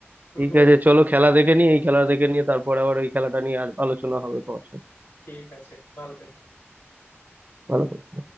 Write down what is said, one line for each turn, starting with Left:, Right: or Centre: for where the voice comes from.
Left: শুরু
Right: ঠিক
Left: করো
Right: আছে চলো খেলা দেখে নিই এই খেলা দেখে নিয়ে তারপরে আবার ওই খেলাটা নিয়ে আজ আলোচনা হবে তোমার সাথে
Left: ঠিক আছে ভালো থেকো
Right: ভালো থেকো।